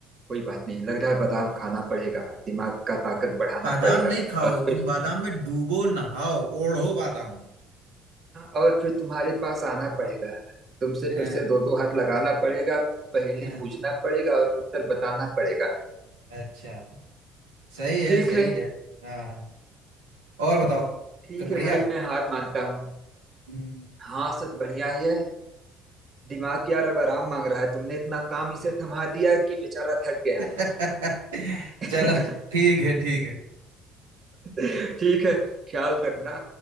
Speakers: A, on the right; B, on the right.
A: कोई बात नहीं लग रहा है बादाम खाना पड़ेगा दिमाग का ताकत बढ़ाना
B: बादाम
A: पड़ेगा
B: नहीं खाओ
A: और फिर
B: तुम बादाम में डूबो नहाओ ओढ़ो बादाम
A: और फिर तुम्हारे पास आना पड़ेगा तुमसे फिर
B: हाँ,
A: से दो दो हाथ लगाना पड़ेगा पहेली
B: हाँ,
A: बूझना पड़ेगा और उत्तर बताना पड़ेगा
B: अच्छा सही है
A: ठीक
B: सही
A: है
B: है हाँ और बताओ
A: ठीक
B: तो बढ़िया
A: है भाई मैं हार मानता हूँ
B: हम्म।
A: हाँ सब बढ़िया ही है दिमाग यार अब आराम मांग रहा है तुमने इतना काम इसे थमा दिया कि बेचारा थक गया
B: <laughs>
A: है
B: चलो
A: <laughs>
B: ठीक है ठीक है
A: <laughs> ठीक है ख्याल रखना